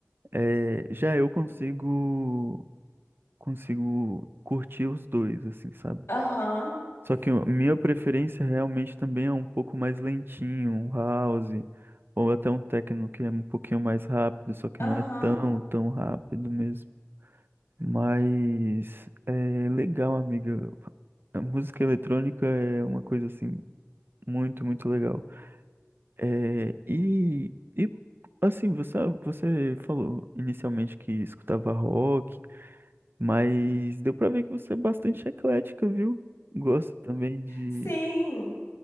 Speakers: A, on the right; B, on the left.
A: É, já eu consigo consigo curtir os dois, assim, sabe?
B: Aham,
A: Só que o- minha preferência realmente também é um pouco mais lentinho, um house, ou até um techno que é um pouquinho mais rápido, só que
B: aham.
A: não é tão, tão rápido mesmo. Mas é legal, amiga. A música eletrônica é uma coisa assim muito, muito legal. É, e, e assim, você, você falou inicialmente que escutava rock, mas deu pra ver que você é bastante eclética, viu? Gosta também de
B: Sim.